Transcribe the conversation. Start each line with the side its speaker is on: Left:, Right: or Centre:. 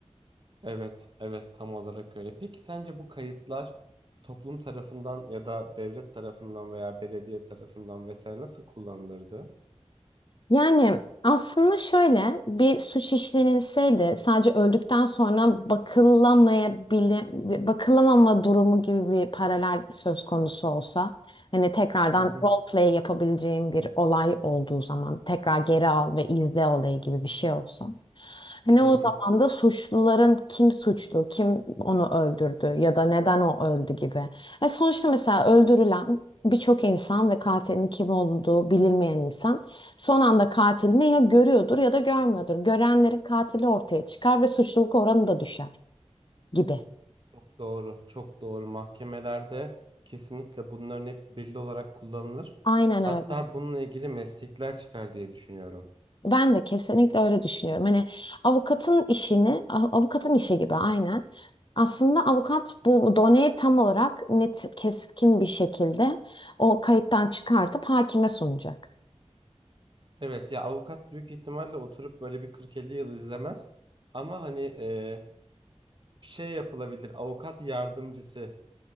Right: Evet, evet tam olarak öyle. Peki sence bu kayıtlar toplum tarafından ya da devlet tarafından veya belediye tarafından vesaire nasıl kullanılırdı?
Left: Yani aslında şöyle bir suç işlenilseydi sadece öldükten sonra bakılamayabile, bakılamama durumu gibi bir paralel söz konusu olsa hani tekrardan
Right: Hı hı,
Left: role play yapabileceğim bir olay olduğu zaman tekrar geri al ve izle olayı gibi bir şey olsa hani
Right: hı
Left: o
Right: hı.
Left: zaman da suçluların kim suçlu, kim onu öldürdü ya da neden o öldü gibi. E sonuçta mesela öldürülen birçok insan ve katilin kim olduğu bilinmeyen insan Son anda katilini ya görüyordur ya da görmüyordur. Görenlerin katili ortaya çıkar ve suçluluk oranı da düşer gibi.
Right: Çok doğru, çok doğru. Mahkemelerde kesinlikle bunların hepsi delil olarak kullanılır.
Left: Aynen
Right: Hatta
Left: öyle.
Right: bununla ilgili meslekler çıkar diye düşünüyorum.
Left: Ben de kesinlikle öyle düşünüyorum. Hani avukatın işini, av- avukatın işi gibi aynen. Aslında avukat bu doneyi tam olarak net, keskin bir şekilde o kayıttan çıkartıp hakime sunacak.
Right: Evet ya avukat büyük ihtimalle oturup böyle bir 40-50 yıl izlemez. Ama hani e, bir şey yapılabilir. Avukat yardımcısı